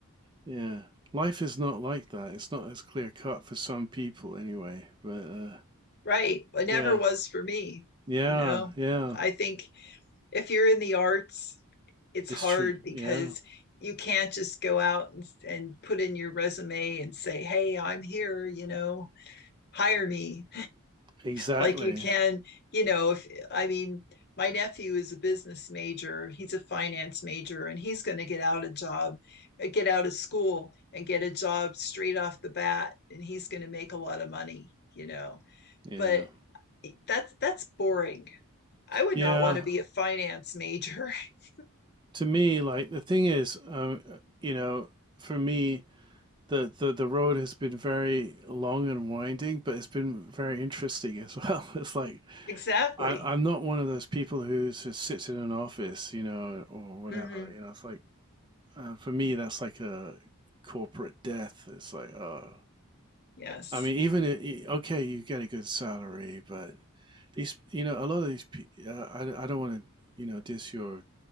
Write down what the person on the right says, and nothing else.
yeah, life is not like that. It's not as clear cut for some people, anyway. But uh,
yeah,
yeah,
yeah,
it's
true.
Yeah.
Exactly.
Yeah.
Yeah.
To me, like the thing is, um, uh, you know, for me, the, the the road has been very long and winding, but it's been very interesting as well. <laughs> It's like
I, I'm not one of those people who just sits in an office, you know, or whatever.
You know, it's like uh, for me, that's like a corporate death. It's like, oh,
I mean, even i- i- okay, you get a good salary, but these, you know, a lot of these, pe- uh, I I don't want to, you know, diss your